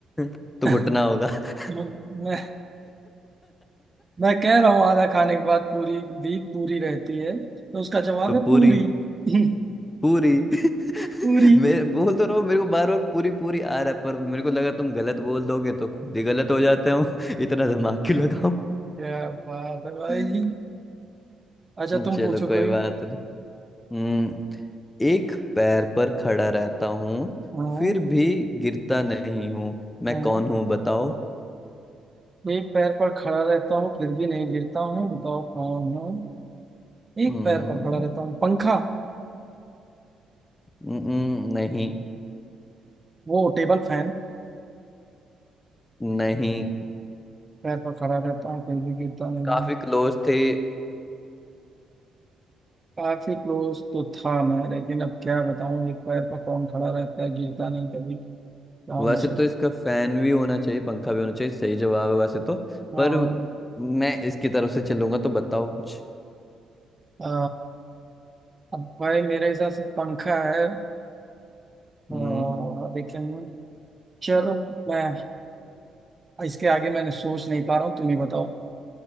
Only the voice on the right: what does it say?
<laughs>
मैं मैं कह रहा हूँ आधा खाने के बाद पूरी भी पूरी रहती है तो उसका जवाब
है
पूरी <laughs>
पूरी
क्या बात है भाई
अच्छा तुम
पूछो
कोई
हाँ
हाँ
एक पैर पर खड़ा रहता हूँ फिर भी नहीं गिरता हूँ बताओ कौन हूँ एक
पैर पर खड़ा रहता हूँ पंखा
वो टेबल फैन
पैर पर खड़ा रहता हूँ कहीं भी गिरता नहीं
हूँ।
काफी क्लोज तो था मैं लेकिन अब क्या बताऊँ एक पैर पर कौन खड़ा रहता है गिरता नहीं कभी क्या हो
सकता
हाँ
अ, अब भाई मेरे हिसाब से पंखा है अ,
लेकिन चलो मैं इसके आगे मैंने सोच नहीं पा रहा हूँ तुम ही बताओ